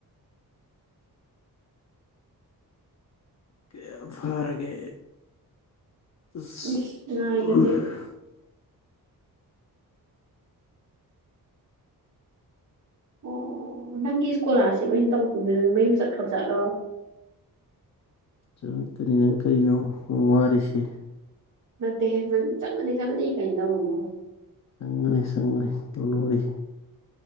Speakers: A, on the left; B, on the right.
A: ꯀ ꯐꯚꯥꯔꯦ <unintelligible>
B: ꯏꯁ ꯉꯥꯏꯗꯗꯤ ꯑꯣ ꯅꯪꯒꯤ ꯏꯁꯀꯣꯂꯥꯔꯁꯤꯞ ꯑ ꯑꯣꯏꯅ ꯇꯧ ꯃꯌꯨꯝ ꯆꯠꯈ꯭ꯔꯕ ꯆꯥꯠꯂꯣ
A: ꯆꯪꯉꯛꯀꯅꯤ ꯅꯪ ꯀꯔꯤꯅꯣ ꯋꯥꯔꯤꯔꯤꯁꯤꯦ
B: ꯑ ꯍꯦ ꯅꯪ ꯆꯪꯉꯅꯤ ꯆꯪꯒꯅꯤ ꯀꯩꯅ ꯇꯧꯔꯝꯃꯣ
A: ꯆꯉꯅꯤ ꯆꯉꯅꯤ ꯅꯅꯔꯤ